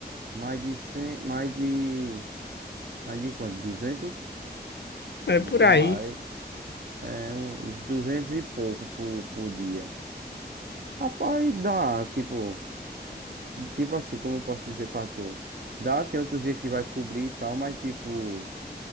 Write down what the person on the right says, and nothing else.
mais de 100, mais de, mais de quanto? Duzentos
Mais,
é, uns 200 e pouco por, por dia. Rapaz, dá, tipo, tipo assim, como eu posso dizer pra tu? Dá, tem outro dia que vai cobrir e tal, mas tipo,